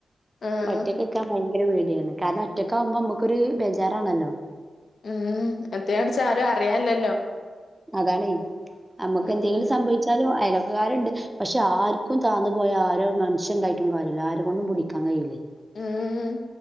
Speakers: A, on the left; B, on the right.
A: ആഹ്
B: ഒറ്റക്ക്ക്കാൻ മു <unintelligible> പേടിയാണ് കാരണം ഒറ്റക്കാവുമ്പോ മുക്കൊരു ബേജാറാണല്ലോ.
A: ഉം എത്തേ അടിച്ച ആരു അറിയാല്ലല്ലോ.
B: അതാണേയ്. നമുക്ക്
A: ഉം
B: എന്തെങ്കിലും സംഭവിച്ചാലും അയലോക്കകാരുണ്ട് പക്ഷേ ആർക്കും താന്നു പോയാൽ ആരാ ഒരു മനുഷ്യൻ ഉണ്ടായിട്ടും കാര്യമില്ല ആരെകൊണ്ടും പിടിക്കാൻ കഴിയൂലെയ്.
A: ഉം